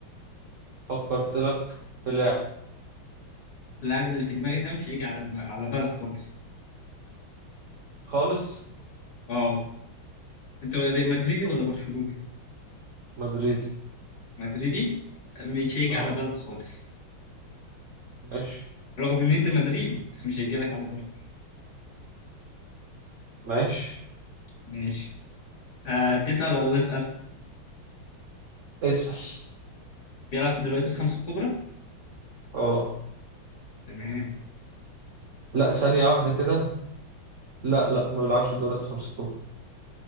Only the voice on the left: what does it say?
اللاعب اللي في دماغي ده مش هيجي على دم... على بالك خالص
أه أنت مدريدي ولا برشلوني؟
مدريدي مش هيجي
على بالك خالص
رغم إن أنت مدريدي بس مش هيجي لك على بالك
ماشي آه تسأل ولا أسأل؟
بيلعب في الدوريات الخمسة الكبرى؟
تمام